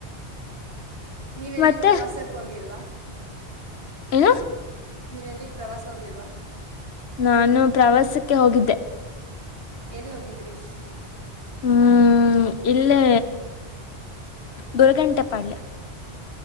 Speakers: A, on the right; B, on the left.
A: ನೀವೆಲ್ಲಿ
B: ಮತ್ತೆ
A: ಪ್ರವಾಸಕ್ಕೆ ಹೋಗಿಲ್ವಾ
B: ಏನು
A: ನೀವೆಲ್ಲಿ ಪ್ರವಾಸ ಹೋಗಿಲ್ವಾ
B: ನಾನು ಪ್ರವಾಸಕ್ಕೆ ಹೋಗಿದ್ದೆ
A: ಎಲ್ಲೋಗಿದ್ರಿ
B: ಹ್ಮ್ ಇಲ್ಲೇ ಗೊರಗುಂಟೆಪಾಳ್ಯ